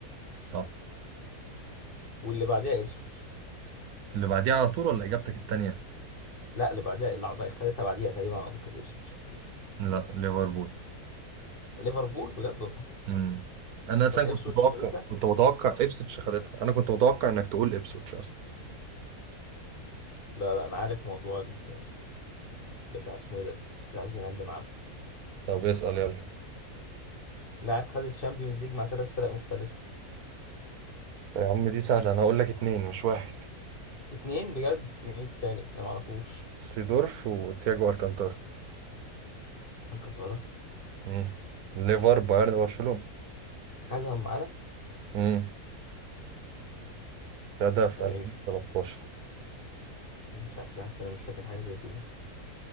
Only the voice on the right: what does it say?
صح
اللي بعديها على طول ولا اجابتك التانية
لا ليفربول
امم انا اصلا
كنت متوقع
كنت متوقع ابسوتش خدتها انا كنت متوقع انك تقول ابسوتش اصلا
طب اسال يلا
طيب يا عم دي سهله انا هقول لك اتنين مش واحد
سيدورف وتياجو الكانتارا
امم ليفر بايرن برشلونة
مم. خدها في
2013